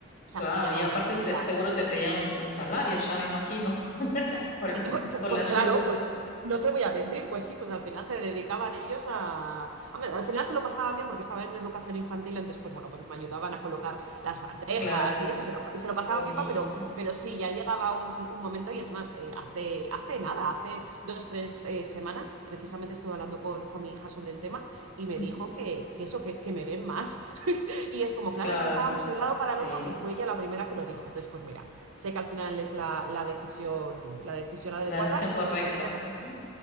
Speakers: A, on the right; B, on the left.
A: o sea,
B: Claro,
A: porque ya
B: y
A: no,
B: aparte
A: no podía,
B: se- seguro te pedían un, un salario, ya me imagino, <laughs> por el-
A: Pues, pues
B: con
A: pues
B: la ayuda.
A: claro, pues no te voy a mentir, pues sí, pues al final se dedicaban ellos a... a ver, Al final se lo pasaban bien porque estaban en educación infantil, entonces pues bueno, pues me ayudaban a colocar las bandejas
B: Claro,
A: y eso, y se lo, y se lo pasaban
B: bonito.
A: pipa, pero, pero sí, ya llegaba un, un momento y es más, eh, hace, hace nada, hace dos, tres eh, semanas, precisamente estuve hablando con, con mi hija sobre el tema y me
B: Ujú,
A: dijo que, que eso, que, que me ven más. Y es como, claro,
B: Claro,
A: es que estábamos de un lado para
B: sí.
A: el otro y fue ella la primera que lo dijo. Entonces, pues mira, sé que al final es la, la decisión, la decisión adecuada
B: La decisión
A: y
B: correcta.
A: precisamente por
B: Ujú,
A: eso.